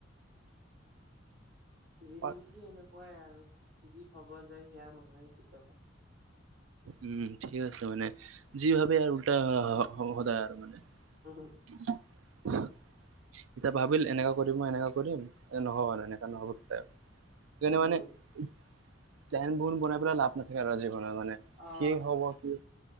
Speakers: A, on the right; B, on the right.
A: জিন্দাগী
B: অ-
A: এনেকুৱাই আৰু, যি ভবা যায় সেইয়া নহয় কেতিয়াবা।
B: উম ঠিকে কৈছা অমানে, যি ভাবে আৰু উল্টা হয় সদায় আৰু মানে।
A: হুম হুম।
B: <inaudible> এতিয়া ভাবিম এনেকা কৰিম মই এনেকা কৰিম, নহ'ব এনেকা নহ'ব কেতিয়াও। সেইকাৰনে
A: উম
B: মানে প্লেন বোৰ বনাই পেলাই লাভ নাথাকে আৰু যিকোনো মানে।
A: অ
B: কি হব কি